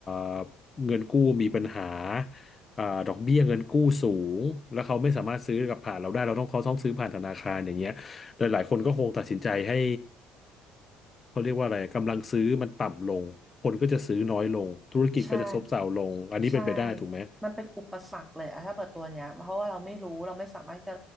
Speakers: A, on the left; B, in the centre.
A: อเงินกู้มีปัญหาเอ่อดอกเบี้ยเงินกู้สูงแล้วเขาไม่สามารถซื้อกับผ่านเราได้เราต้องเขาต้องซื้อผ่านธนาคารอย่างเงี้ยหลายหลายคนก็คงตัดสินใจให้เขาเรียกว่าอะไรกำลังซื้อมันต่ำลงคนก็จะซื้อน้อยลงธุรกิจก็จะซบเซาลงอันนี้เป็นไปได้ถูกไหม
B: ใช่ ใช่มันเป็นอุปสรรคเลยอะถ้าเปิดตัวเนี้ยเพราะว่าเราไม่รู้เราไม่สามารถจะ